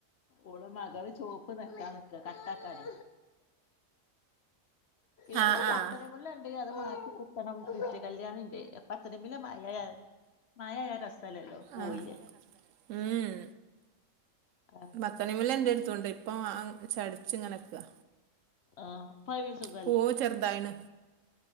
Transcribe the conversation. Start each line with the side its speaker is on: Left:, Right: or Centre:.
Left: ഓള് മകള് ചോപ്പ് നെക്കാൻ നിക്കാ കട്ടാക്കാനെ എന്നാ
Right: ആഹ്
Left: ചക്കരേം
Right: ആഹ്
Left: മുല്ലയൊണ്ടെങ്കി അത് മാറ്റികുത്തണം നിത്യ കല്യാണിണ്ട് അപ്പ അത്രയും വലൃമഴയാണ്. മായയായ രസല്ലല്ലോ പോയിലേ.
Right: ആഹ് ഉം
Left: ആഹ്
Right: ബത്തണിമുല്ല എന്റെടുത്തുണ്ട് ഇപ്പം ആ ചടിച്ച്ങ്ങനിക്കാ.
Left: ആഹ് ഫൈവേസും
Right: പൂവ് ചെർതായ്ണ്‌.